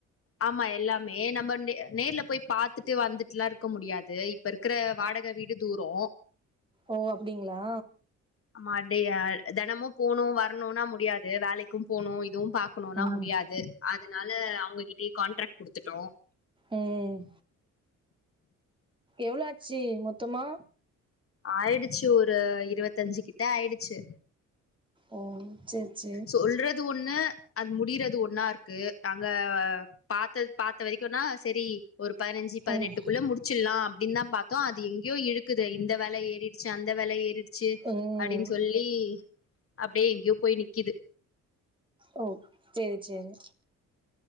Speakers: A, on the left; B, on the right.
A: ஆமா எல்லாமே நம்ம நேர்ல போய் பாத்துட்டு வந்துட்டுலா இருக்க முடியாது இப்ப இருக்கிற வாடக வீடு தூரோ
B: ஓ அப்டிங்ளா
A: ஆமா அப்டியே தெனமு போகணு வரணுனா முடியாது வேலைக்கு போகணு இதுவு பாக் அனுப்புணுனா
B: ம்
A: முடியாது அதனால அவுங்ககிட்டய காண்ட்ராக்ட் குடுத்துட்டோ
B: ம் எவ்ளோ ஆச்சு மொத்தமா
A: ஆயிடுச்சு ஒரு இருவத்தஞ்சு கிட்ட ஆயிடுச்சு
B: ஓ சேர் சேரி
A: சொல்றது ஒண்ணு அது முடியறது ஒன்னா இருக்கு நாங்க பாத்த பாத்த வரைக்குனா செரி ஒரு பதினஞ்சு பதினெட்டுக்குள்ள
B: ம்
A: முடிச்சிட்லா அப்டின்னு தா பாத் மதோ அது எங்கேயோ இழுக்குது இந்த வெல ஏறிடுச்சு அந்த வெல ஏறிடுச்சு
B: ம்
A: அப்டின் சொல்லி அப்டியே எங்கேயோ போய் நிக்குது
B: ஓ செரி செரி